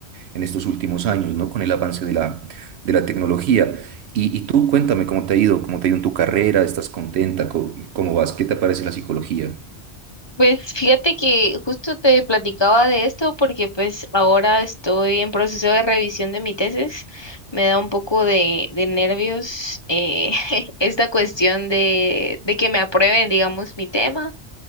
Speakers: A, on the right; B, on the left.
A: en estos últimos años, ¿no? Con el avance de la, de la tecnología. Y, y tú cuéntame cómo te ha ido, cómo te ha ido en tu carrera, ¿estás contenta? ¿Cómo, cómo vas? ¿Qué te parece la psicología?
B: Pues fíjate que justo te platicaba de esto porque pues ahora estoy en proceso de revisión de mi tesis. Me da un poco de, de nervios eh, <laughs> esta cuestión de, de que me aprueben, digamos, mi tema.